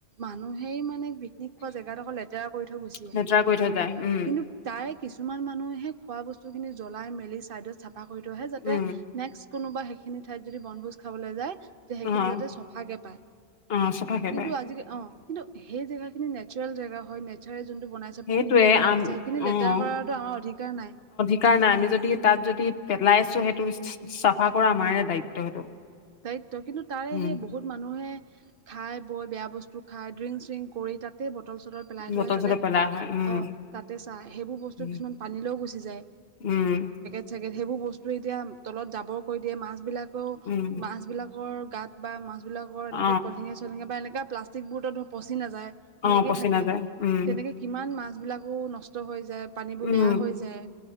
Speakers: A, on the right; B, on the left.
A: মানুহেই মানে পিক পিকনিক খোৱা জেগাদখৰ লেতেৰা কৰি থৈ গুচি আহে
B: লেতেৰা কৰি থৈ যায় উম,
A: কিন্তু তায়ে কিছুমান মানুহে খোৱা বস্তুখিনি জ্বলাই মেলি চাইদত চাফা কৰি থৈ আহে যাত
B: উম,
A: নেক্স কোনোবা সেইখিনি ঠাইত যদি বনভোজ খাবলে যায় তে সেইখিনি
B: অ',
A: যাওতে চফাকে পায়
B: অ', চফাকে
A: কিন্তু
B: পায়
A: আজিকা অ, কিন্তু সেই জেগা খিনি নেচাৰেল জেগা হয় নেচাৰে যোনটো বনাই যে
B: সেইটোৱে
A: প্ৰকৃতিয়ে বনাই
B: আম
A: থৈছে সেইখিনি
B: অ',
A: লেতেৰা কৰাৰতো আমাৰ অধিকাৰ নাই।
B: <unintelligible> আমি যদি তাত যদি পেলাইছোঁ সেইটো চাফা কৰা আমাৰে দায়িত্ব সেইটো।
A: দায়িত্ব কিন্তু তাৰে
B: উম
A: সে বহুত মানুহে খাই বৈ বেয়া বস্তু খাই ড্ৰিং- চিংক কৰি তাতেই বটল চটল পেলাই
B: বটল
A: থুয়ে তাতে,
B: চটল পেলাই
A: অ,
B: হয় উম
A: তাতে চাই সেইবোৰ বস্তু
B: উম
A: কিছুমান পানীলৈও গুচি যায়।
B: উম,
A: চাগে সেইবোৰ বস্তু এতিয়া তলত জাবৰ কৰি দিয়ে মাছ বিলাকেও
B: উম,
A: মাছবিলাকৰ গাত বা মাছবিলাকৰ
B: অ
A: এনেকে পলিঠিঙে চলিঠিঙে বা এনে প্লাষ্ট ষ্টিকবোৰতো পচি নাযায়, সেনেকয়ে
B: অ পচি
A: থাকে,
B: নাযায় উম
A: তেনেকে কিমান মাছবিলাকো নষ্ট হৈ যায়। পানীবোৰ
B: উম,
A: বেয়া হৈ যায়